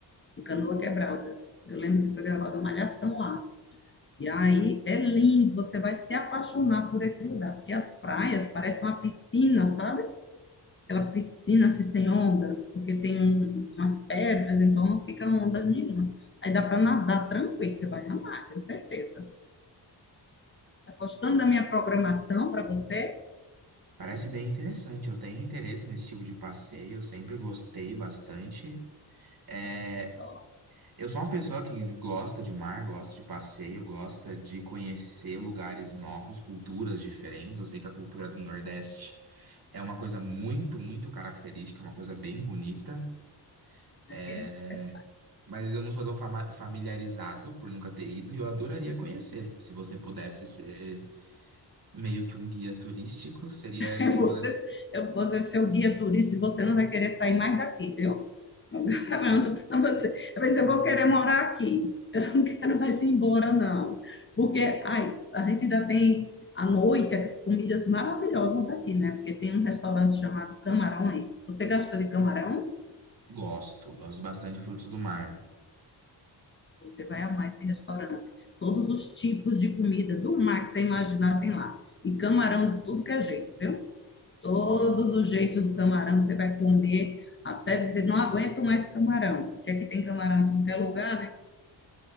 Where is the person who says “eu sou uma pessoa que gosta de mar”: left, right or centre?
Right